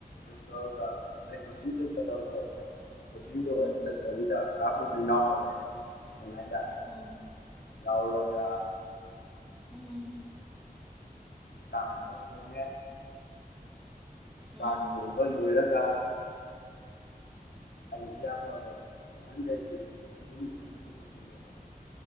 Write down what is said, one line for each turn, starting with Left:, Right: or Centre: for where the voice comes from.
Left: <unintelligible> ꯇꯧꯔꯒ ꯑꯩ ꯀꯣꯆꯤꯡ ꯆꯠꯀꯗꯕꯗꯣ ꯀꯣꯆꯤꯡꯗꯣ
Centre: ꯎꯝ
Left: ꯆꯠꯇꯕꯤꯗ ꯀ꯭ꯂꯥꯁ ꯑꯣꯏꯅ ꯌꯥꯎꯔ ꯂꯩꯔꯦ ꯑꯣꯟꯂꯥꯏꯟꯗ
Centre: ꯎꯝ
Left: ꯌꯥꯎꯔꯒ
Centre: ꯎꯝ
Left: ꯆꯥꯛ ꯑꯃꯛ ꯊꯣꯡꯉꯦ
Centre: ꯎꯝ
Left: ꯆꯥꯛ ꯊꯣꯉꯕ ꯂꯣꯏꯔꯒ ꯑꯩ ꯏꯌꯥꯝꯕꯃ ꯅꯥꯍꯟꯗꯒꯤ ꯑꯗꯨꯝ ꯀꯩꯅꯣꯇ ꯆꯠꯄꯅꯦꯕ